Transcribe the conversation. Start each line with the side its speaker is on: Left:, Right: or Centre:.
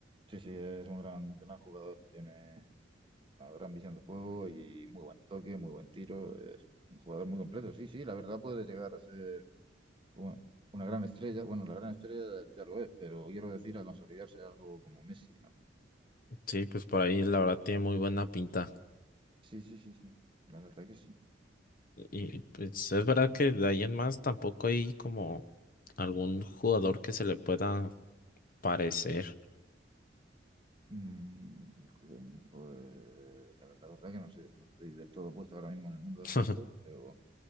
Right: Sí, sí, es un gran, gran jugador, tiene una gran visión de juego y muy buen toque, muy buen tiro. Es un jugador muy completo. Sí, sí, la verdad puede llegar a ser un- una gran estrella. Bueno, la gran estrella ya lo es, pero quiero decir a consolidarse algo como Messi, ¿no?
Left: Sí, pues por ahí la verdad tiene muy buena pinta.
Right: Sí, sí, sí, sí. La verdad que sí.
Left: Y pues es verdad que de ahí en más tampoco hay como algún jugador que se le pueda parecer.
Right: Mm, pues, la, la verdad que no sé, no estoy del todo puesto ahora mismo en el mundo del
Left: <laughs>
Right: fútbol, pero